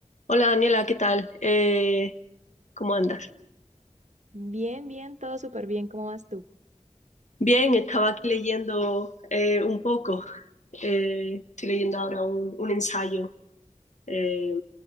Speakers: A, on the left; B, on the right.
A: Hola Daniela, ¿qué tal? Eh, ¿cómo andas?
B: Bien, bien, todo súper bien. ¿Cómo vas tú?
A: Bien, estaba aquí leyendo eh, un poco. Eh, estoy leyendo ahora un, un ensayo eh,